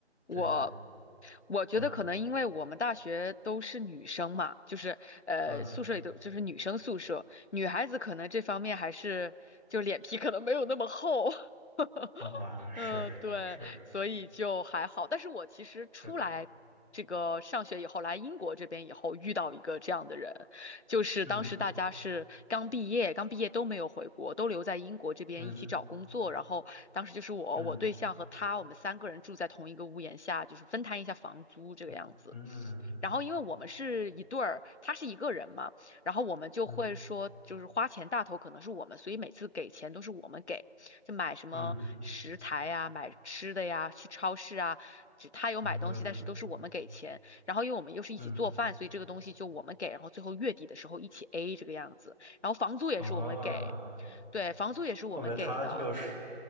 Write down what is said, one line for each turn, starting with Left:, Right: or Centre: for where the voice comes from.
Left: 我
Right: 这种？
Left: 我觉得可能因为我们大学都是女生嘛，
Right: 嗯
Left: 就是呃宿舍里都就是女生宿舍，
Right: 嗯
Left: 女孩子可能这方面还是就脸皮可能没有那么厚。<laughs>
Right: 啊，是是，
Left: 嗯，对，所以就还好。但是我其实出来这个上学以后，
Right: 这
Left: 来英国这边以后，遇到一个这样的人，就是当时大家是刚毕业，
Right: 嗯
Left: 刚毕业都没有回国，都留在英国这边一起找工作。
Right: 嗯
Left: 然后当时就是我、
Right: 嗯
Left: 我对象和他，我们三个人住在同一个屋檐下，就是分摊一下房租这个样子。
Right: 嗯嗯。嗯
Left: 然后因为我们是一对儿，他是一个人嘛，然后我们就会说，
Right: 嗯
Left: 就是花钱大头可能是我们，所以每次给钱都是我们给。就买什么食材呀、
Right: 嗯
Left: 买吃的呀，去超市啊，只他有买东西，
Right: 嗯
Left: 但是都是我们给钱。然后因为我们又是一起做饭，
Right: 嗯
Left: 所以这个东西就我们给，然后最后月底的时候一起 A 这个样子。然后房租也是我们给，
Right: 啊，
Left: 对，房租也是我们给的。
Right: 后面他就是